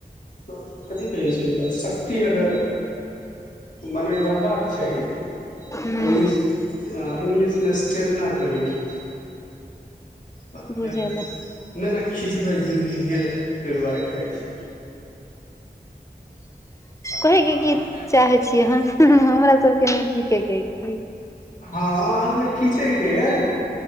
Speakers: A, on the left; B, on the left.
A: ते कथि कहै छी एकरा शक्ति अगर मने रहबाक चाही।
B: हूं
A: इंग्लिश अ इंग्लिश मे स्टेमना कहै छै। तऽ
B: बुझल
A: फेर
B: अय
A: नहि नहि खिचबै जिन्दगी गै ताहि दुआरे खाइ छी बाकी
B: कहैक
A: पढ़ाइ
B: की
A: लिखाइ
B: चाहै छियै हम हमरा सभके न क के की
A: हँ अहाँ सभके खीचयके यइ